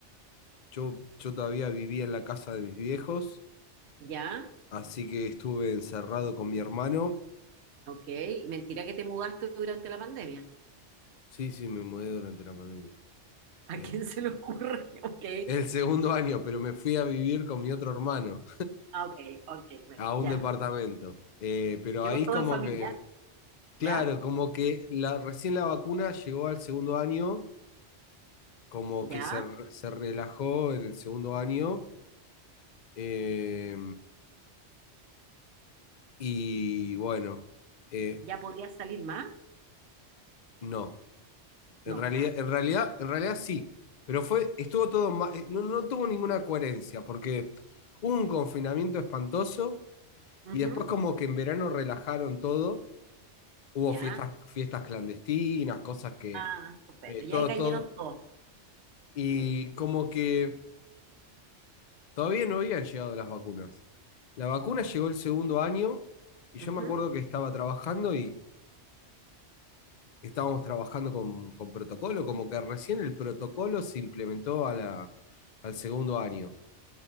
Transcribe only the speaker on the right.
¿Ya?
Ok. Mentira que te mudaste durante la pandemia.
<laughs> ¿A
quién se le ocurre? <laughs> Ok.
Ah, ok, ok, bueno,
ya.
Quedó
todo
en familia.
¿Ya?
¿Ya?
¿Ya podía salir más?
No.
Ujú,
¿Ya?
Ah, estupendo.
Ya ahí cayeron
todos.
Ujú.